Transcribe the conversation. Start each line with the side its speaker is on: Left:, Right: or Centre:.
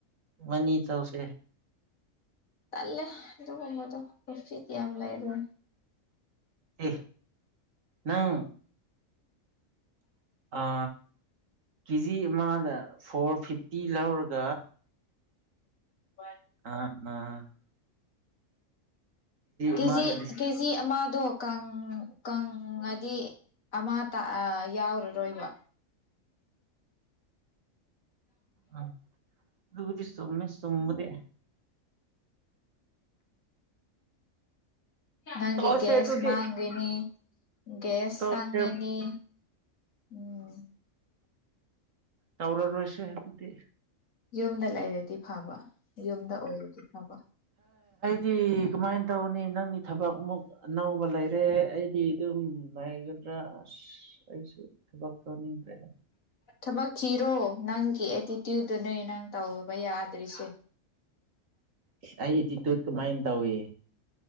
Right: ꯃꯣꯏꯅꯤ ꯇꯧꯁꯦ
Left: ꯇꯜꯂꯦ ꯑꯗꯨ ꯀꯩꯅꯣꯗꯣ ꯄꯔꯣꯐꯤꯠ ꯌꯥꯝ ꯂꯩꯔꯣꯏ
Right: ꯑꯦ ꯅꯪ ꯑ ꯀꯦꯖꯤ ꯑꯃꯗ ꯐꯣꯔ ꯐꯤꯐꯇꯤ ꯂꯧꯔꯒ
Left: <unintelligible>
Right: <unintelligible>
Left: ꯀꯦꯖꯤ
Right: ꯑꯃꯗ ꯂꯤꯁꯤꯡ
Left: ꯀꯦꯖꯤ ꯑꯃꯗꯣ ꯀꯪ ꯀꯪꯉꯗꯤ ꯑꯃꯇ ꯑ ꯌꯥꯎꯔꯔꯣꯏꯕ
Right: ꯑ ꯑꯗꯨꯕꯨꯗꯤ ꯆꯨꯝꯃꯦ ꯆꯨꯝꯕꯗꯤ
Left: ꯅꯪꯒꯤ
Right: ꯇꯣꯛꯑꯁꯦ
Left: ꯒꯦꯁ
Right: ꯑꯗꯨꯗꯤ
Left: ꯃꯥꯡꯒꯅꯤ ꯒꯦꯁ
Right: ꯇꯣꯛꯑꯁꯦ
Left: ꯆꯪꯒꯅꯤ ꯎꯝ
Right: ꯇꯧꯔꯔꯣꯏꯁꯦ ꯑꯗꯨꯗꯤ
Left: ꯌꯨꯝꯗ ꯂꯩꯔꯗꯤ ꯐꯕꯥ ꯌꯨꯝꯗ ꯑꯣꯏꯔꯗꯤ ꯐꯕꯥ
Right: ꯗꯤ ꯀꯃꯥꯏꯅ ꯇꯧꯅꯤ ꯅꯪꯒꯤ ꯊꯕꯛ ꯑꯃꯨꯛ ꯑꯅꯧꯕ ꯂꯩꯔꯦ ꯑꯩꯗꯤ ꯑꯗꯨꯝ ꯂꯩꯒ ꯭ꯔꯁ ꯑꯩꯁꯨ ꯊꯕꯛ ꯇꯧꯅꯤꯡꯇ꯭ꯔꯦ꯫
Left: ꯊꯕꯛ ꯊꯤꯔꯣ ꯅꯪꯒꯤ ꯑꯦꯇꯤꯇ꯭ꯌꯨꯠꯇꯅꯦ ꯅꯪ ꯇꯧꯕ ꯌꯥꯗ꯭ꯔꯤꯁꯦ꯫
Right: ꯏꯁ ꯑꯩ ꯑꯦꯇꯤꯇꯨꯠ ꯀꯃꯥꯏꯅ ꯇꯧꯏ꯫